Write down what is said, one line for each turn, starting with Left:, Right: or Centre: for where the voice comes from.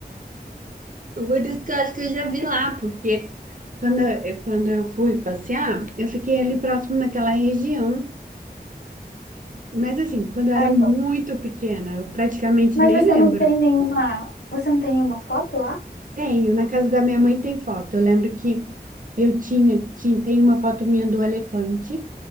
Right: Por isso que eu acho que eu já vi lá, porque quando eu, quando eu fui passear, eu fiquei ali próximo naquela região. Mas assim, quando eu
Left: Ah,
Right: era
Left: então.
Right: muito pequena, eu praticamente
Left: Mas
Right: nem
Left: você
Right: lembro.
Left: não tem nenhuma, você não tem nenhuma foto lá?
Right: Tenho, na casa da minha mãe tem foto. Eu lembro que eu tinha, tinha, tem uma foto minha do elefante,